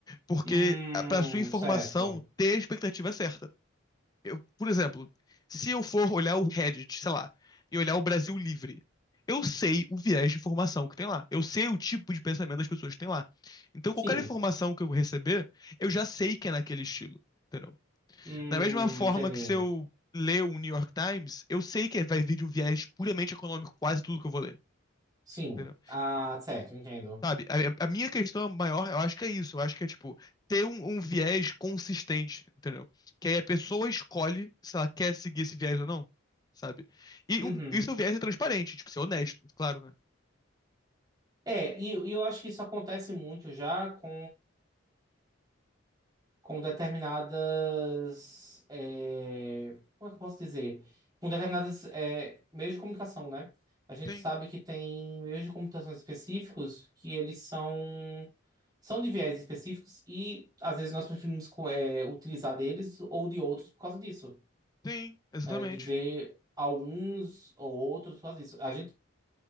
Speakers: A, on the left; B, on the right.
A: Porque
B: Hum,
A: para sua informação
B: certo.
A: ter a expectativa é certa. Eu, por exemplo, se eu for olhar o Reddit, sei lá, e olhar o Brasil Livre, eu sei o viés de informação que tem lá. Eu sei o tipo de pensamento das pessoas que tem lá. Então,
B: Sim.
A: qualquer informação que eu receber, eu já sei que é naquele estilo, entendeu?
B: Hum,
A: Da mesma forma
B: entendi.
A: que se eu ler o New York Times, eu sei que vai vir de um viés puramente econômico, quase tudo que eu vou ler.
B: Sim.
A: Entendeu?
B: Ah, certo, entendo.
A: Sabe, a, a minha questão maior, eu acho que é isso. Eu acho que é, tipo, ter um, um viés consistente, entendeu? Que aí a pessoa escolhe se ela quer seguir esse viés ou não, sabe? E
B: Uhum.
A: um, isso é um viés é transparente, tipo, ser honesto, claro, né?
B: É, e, e eu acho que isso acontece muito já com, com determinadas. é, como é que eu posso dizer? Com determinadas é, meios de comunicação, né? A gente
A: Sim,
B: sabe que tem meios de comunicação específicos que eles são. São de viés específicos e às vezes nós preferimos co- é, utilizar deles ou de outros por causa disso.
A: sim, exatamente.
B: É, de ver alguns ou outros por causa disso. A gente,